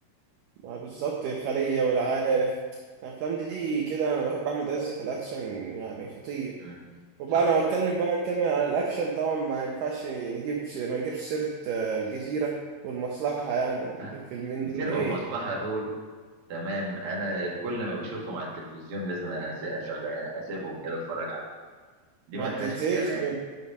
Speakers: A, on the right; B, on the right.
A: ما هو بالظبط الخليه والعارف الافلام دي كده انا بحب احمد عز في الاكشن يعني خطير
B: مم.
A: وبقى
B: صح
A: انا بتكلم بقى نكمل عن الاكشن طبعا ما ينفعش نجيب ما نجيبش سيره آه، الجزيره والمصلحه يعني الفيلمين
B: لا الجزيرة
A: دول ايه
B: والمصلحة دول تمام أنا كل ما بشوفهم على التلفزيون لازم أس- أشغ- أسيبهم كده أتفرج عليهم دي
A: ما
B: ما
A: بتتزهقش
B: فيهاش كلام
A: منهم